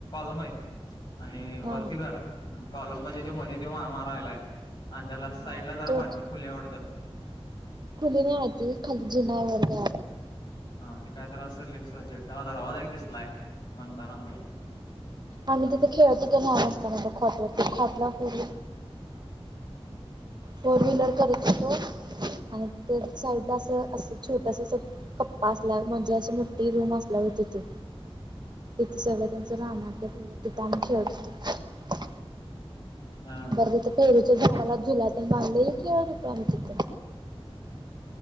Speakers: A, on the left (about 45°); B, on the right (about 45°).
A: आणि
B: हा
A: वरती घर आहे कॉलम मध्ये ज मध्ये ते मामा राहिलाय. आणि त्याला
B: हा
A: साईड ला जरा
B: तर
A: बारकी खुली हाय वाटतं.
B: आ खाली जिनावर आ
A: हा ते काय तर असेल एक्स वाय झेड त्याला दरवाज एक दिसलाय. म्हणताना मग
B: आ् तथ खेळ तिथं लहान असताना हो खोथवरत खोतला फर फोर व्हीलर करत होतो. आणि साईडला असं असं छोटस अस कप्पा असल्या म्हणजे अस मोठठी रूम असल्या तिथे सगळं त्यांचं राहान आपलं तिथे आम्ही खेळत हो.
A: हा
B: बरं तिथ फेरीच्या झाडाला झुलात बांधलं खेळत आता आम्ही तिथं.